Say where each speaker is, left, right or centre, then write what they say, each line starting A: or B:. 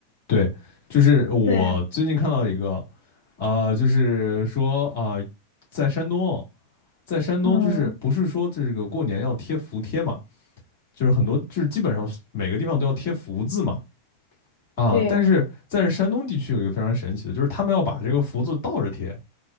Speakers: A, on the left (about 50°); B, on the left (about 65°).
A: 对，就是我最近看到一个，
B: 对，
A: 啊，就是说啊，在山东哦，在山东就是不是说这个过年要贴福贴嘛？
B: 嗯，
A: 就是很多就是基本上每个地方都要贴福字嘛啊，
B: 对
A: 但是但是山东地区有一个非常神奇的，就是他们要把这个福字倒着贴